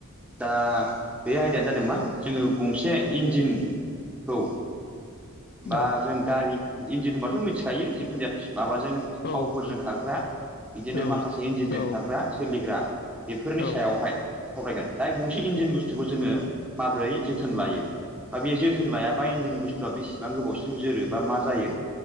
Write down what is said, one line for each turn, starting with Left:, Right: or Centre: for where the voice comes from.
Centre: दा बे आयदाया जादों मा जोङो गंसे इन्जिन औ।
Left: औ
Centre: बा जों गारि इन्जिन होनबाथ जों मिथिखायो जिखुनु जाया माबाजों
Left: औ
Centre: थावफोरजों खारग्रा बिदिनो
Left: औ
Centre: माखासे इन्जिनजों
Left: औ
Centre: खारग्रा सोलिग्रा। बेफोरनि
Left: औ
Centre: सायावहाय सावरायगोन दा गंसे इन्डिन बुस्थुखौ जोङो माबोरै जोथोन लायो बा बे जोथोन लायाबा बा इन्जिन बुस्थुआ बेसेबां गोबावसिम जोरो बा मा जायो